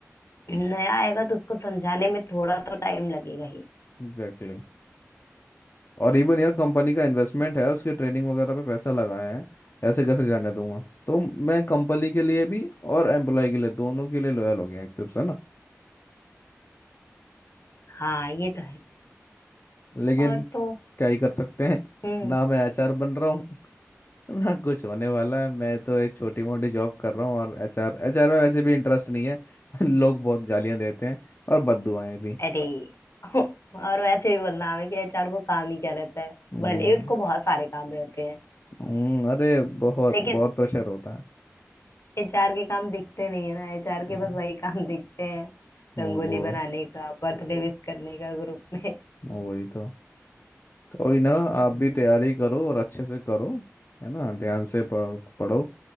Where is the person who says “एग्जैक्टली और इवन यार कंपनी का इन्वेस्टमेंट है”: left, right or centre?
Left